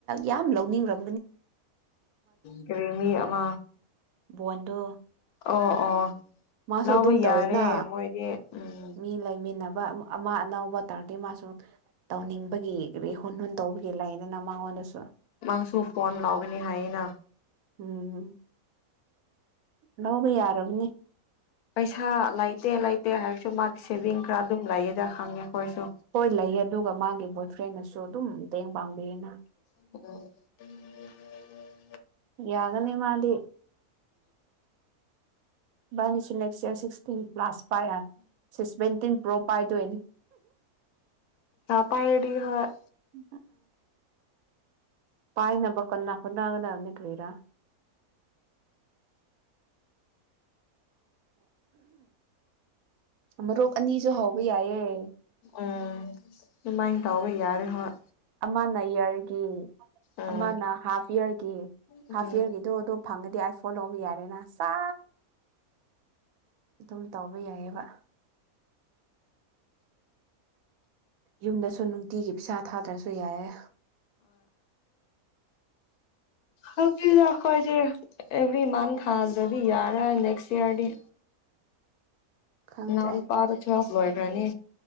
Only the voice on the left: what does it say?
ꯀꯔꯤ ꯃꯤ ꯑꯃ
ꯑꯣ ꯑꯣ
ꯂꯥꯎꯕ
ꯌꯥꯔꯦ ꯃꯣꯏꯗꯤ ꯎꯝ
ꯃꯥꯡꯁꯨ ꯐꯣꯟ ꯂꯥꯎꯒꯅꯤ ꯍꯥꯏꯌꯦꯅ
ꯄꯩꯁꯥ ꯂꯩꯇꯦ ꯑꯠꯇꯦ ꯍꯥꯏꯔꯁꯨ ꯃꯥꯗꯤ ꯁꯦꯚꯤꯡ ꯈꯔ ꯑꯗꯨꯝ ꯂꯩꯌꯦꯗ ꯈꯪꯉꯦ ꯑꯩꯈꯣꯏꯁꯨ
<unintelligible>
ꯄꯥꯏꯔꯤ ꯍ
ꯎꯝ ꯑꯗꯨꯃꯥꯏꯅ ꯇꯧꯕ ꯌꯥꯔꯦ ꯍꯣꯏ
ꯎꯝ
ꯎꯝ
ꯎꯝ
ꯍꯧꯈꯣꯏꯗꯤ ꯑꯦꯚ꯭ꯔꯤ ꯃꯟꯊ ꯍꯥꯏꯗ꯭ꯔꯗꯤ ꯌꯥꯔ ꯅꯦꯛꯁ ꯏꯌꯥꯔꯗꯤ
ꯅꯎꯅ ꯄꯥꯔ ꯊ ꯃꯣꯏ ꯄ꯭ꯔꯥꯅꯤ